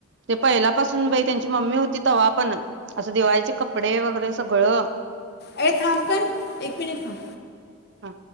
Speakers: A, on the right (about 60°); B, on the left (about 55°).
A: ते पहिल्यापासून बाई त्यांची मम्मी होती तव्हा पण असं दिवाळीची कपडे वगैरे सगळं
B: ये थांब काय एक मिनिट थांब
A: हा